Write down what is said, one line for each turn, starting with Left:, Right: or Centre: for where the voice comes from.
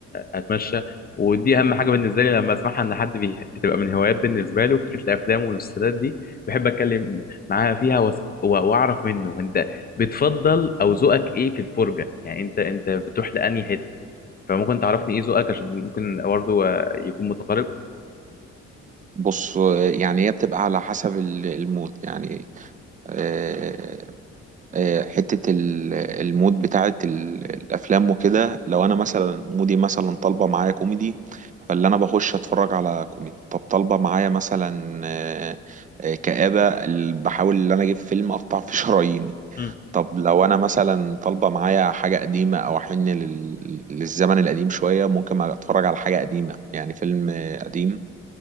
Left: آه، اتمشى ودي اهم حاجة بالنسبة لي لما اسمعها ان حد بي- بتبقى من هوايات بالنسبة له فكرة الافلام والمسلسلات دي بحب اتكلم معاه فيها وأس- و- واعرف منه انت بتفضل او ذوقك ايه في الفرجة يعني انت انت بتروح لانهي حتة فممكن تعرفني ايه ذوقك عشان ممكن برضه آه، يكون متقارب
Right: بص آه، يعني هي بتبقى على حسب ال- المود يعني آه، آه، حتة ال- المود بتاعة ال- الأفلام وكده لو أنا مثلا مودي مثلا طالبة معايا كوميدي فاللي أنا بخش أتفرج على كوميدي طب طالبة معايا مثلا آه، آه، كآبة ال- بحاول إن أنا أجيب فيلم أقطع فيه <laughs> شراييني
Left: مم.
Right: طب لو أنا مثلا طالبة معايا حاجة قديمة أو أحن لل- للزمن القديم شوية ممكن أتفرج على حاجة قديمة يعني فيلم آه، قديم